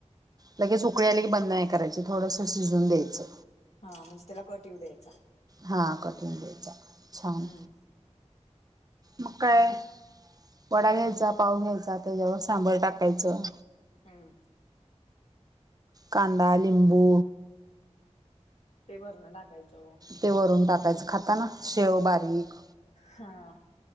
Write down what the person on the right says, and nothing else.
लगेच उकळी आली की बंद नाही करायच थोडंसं शिजवून द्यायचं.
हा कट येऊन द्यायचं छान
मग काय वडा घ्यायचा पाव घ्यायचा त्याच्यावर सांबर टाकायचं.
कांदा लिंबू
ते वरून टाकायचं खाताना शेव बारीक.